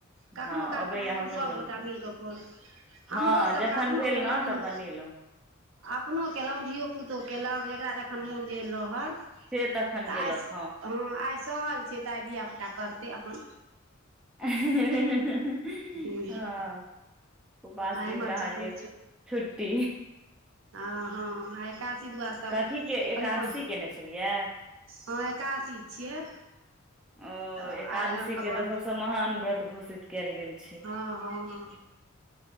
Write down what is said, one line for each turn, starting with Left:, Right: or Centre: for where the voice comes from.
Right: कखनहुँ
Centre: हँ
Right: कालके
Centre: अबैया
Right: अपन दुनू
Centre: हमरो
Right: सभगोटा
Centre: बनबऽ
Right: मिलि कऽ क हमरोसभके
Centre: हँ जखन
Right: अपनो
Centre: भेल
Right: कयलहुँ
Centre: ने तऽ बनेलहुँ
Right: अपनो कलहुँ धियो पुतो कयलहुँ जकरा जखन मोन भेल रहल
Centre: से तखन
Right: तऽ
Centre: केलक
Right: आइ हँ आइ सहल छै तऽ आइ धियापुता करतै अपन
Centre: आ हे हे हे
Right: हूँ
Centre: हँ उपास
Right: आइ
Centre: दिन
Right: हमर
Centre: क आहाँके
Right: छै अपन
Centre: छुट्टी
Right: आ हँ आ एकाशी द्वाअदस तब
Centre: कथी के एकादशी
Right: कहलियै प
Centre: केने छलियै
Right: हँ एकादसी छियै
Centre: ओ
Right: तऽ
Centre: एकादशी
Right: आइ अहाँके अपन
Centre: के तऽ सबस महान व्रत घोषित कयल गेल छै
Right: हँ हँ